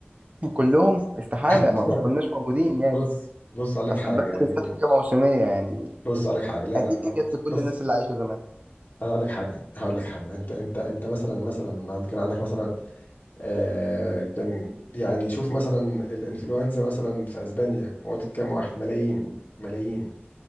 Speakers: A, on the right; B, on the left.
A: <laughs> كلهم استحالة
B: <laughs>
A: ما
B: يعني
A: ما كناش موجودين يعني
B: بص بص اقول لك
A: اصلا
B: حاجه
A: البرد
B: يعني
A: بالذات حاجة موسمية يعني
B: بص اقول لك حاجه لا
A: اكيد
B: لا
A: دي
B: آه،
A: جت لكل
B: بص
A: الناس اللي عايشة زمان
B: انا اقول لك حاجه هقول لك حاجه انت انت انت مثلا مثلا عند- كان عندك مثلا آه كان يعني شوف مثلا الانفلونزا مثلا في اسبانيا موتت كام واحد ملايين ملايين